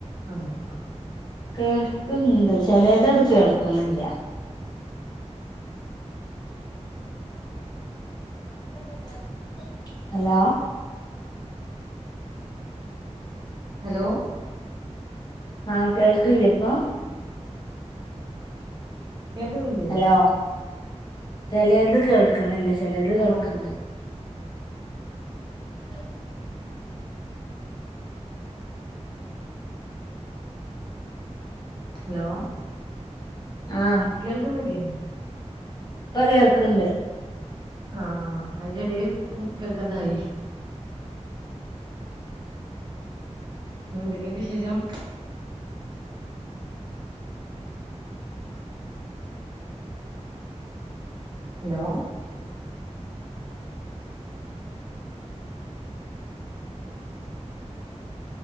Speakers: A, on the right; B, on the left.
A: അതെ ആ.
B: കേൾക്ണ്ട് ചെലത്ട് കേൾക്ണില്ല. <inaudible> <inaudible> ഹലോ.
A: ഹലോ.
B: ആ കേൾക്കില്ലേ ഇപ്പോം
A: കേൾക്കുന്നില്ലേ.
B: ഹലോ ചെലേത് കേൾക്കണില്ല. ചെലേത്
A: ഹലോ
B: കേൾക്കിണ്ട്. ഉം
A: ഹലോ.
B: ആഹ്.
A: കേൾക്കുന്നില്ലേ?
B: ഇപ്പ കേൾക്ക്ണ്ട്.
A: ആഹ് ആഹ് അയിന്റെ ഇടെൽ കേൾക്കാതായി. എന്തൊക്കെ വിശേഷം. ഹലോ.